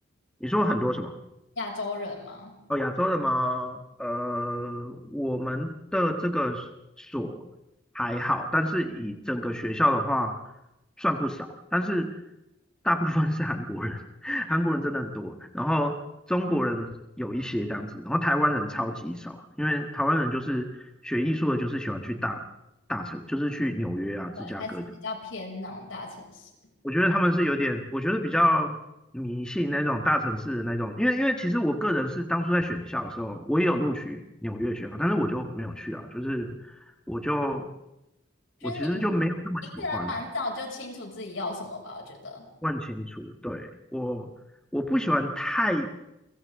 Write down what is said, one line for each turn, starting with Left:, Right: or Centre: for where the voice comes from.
Centre: 你说很多什么？
Left: 亚洲人吗？
Centre: 哦，亚洲的吗？呃，我们的这个所还好，但是以整个学校的话，算不少，但是大部分是韩国人，<laughs> 韩国人真的很多，然后中国人有一些这样子，然后台湾人超级少，因为台湾人就是学艺术的，就是喜欢去大大城，就是去纽约啊、芝加哥
Left: 还是比较偏那种大城市？
Centre: 我觉得他们是有点，我觉得比较迷信那种大城市的那种，因为因为其实我个人是当初在选校的时候，我也有录取纽约学校，但是我就没有去啊，就是我就
Left: 就是你。
Centre: 我其实就没有那么喜欢，
Left: 你可能蛮早就清楚自己要什么吧，我觉得。
Centre: 问清楚，对，我我不喜欢太